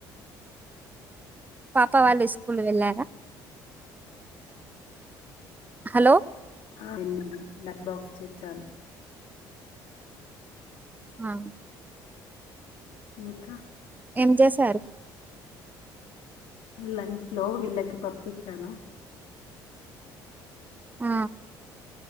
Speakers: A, on the right (about 15°); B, on the left (about 70°).
A: పాప వాళ్ళు స్కూల్ వెళ్ళ హలో
B: హా యెల్లీలు లంచ్ బాక్స్ ఇచ్చి వచ్చాను
A: ఆ
B: ఇంకా
A: ఏంచేసారు
B: లంచ్ లో వీళ్ళకి పప్పు ఇచ్చాను
A: ఆ